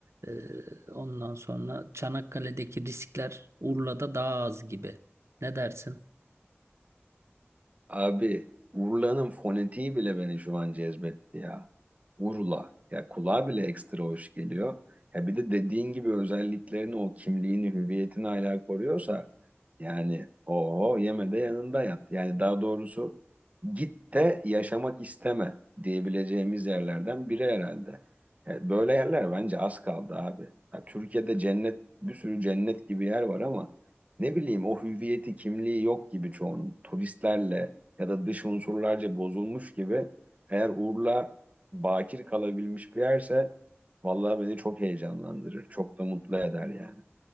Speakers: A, on the right (about 80°); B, on the right (about 35°).
A: Ee, ondan sonra Çanakkale'deki riskler Urla'da daha az gibi. Ne dersin?
B: Abi Urla'nın fonetiği bile beni şu an cezbetti ya. Urla. Ya kulağa bile ekstra hoş geliyor. Ya bir de dediğin gibi özelliklerini, o kimliğini, hüviyetini hala koruyorsa Yani o yeme de yanında yat. Yani daha doğrusu git de yaşamak isteme diyebileceğimiz yerlerden biri herhalde. Evet, böyle yerler bence az kaldı abi. Ya Türkiye'de cennet bir sürü cennet gibi yer var ama ne bileyim o hüviyeti kimliği yok gibi çoğunun. Turistlerle ya da dış unsurlarca bozulmuş gibi eğer Urla bakir kalabilmiş bir yerse vallahi beni çok heyecanlandırır. Çok da mutlu eder yani.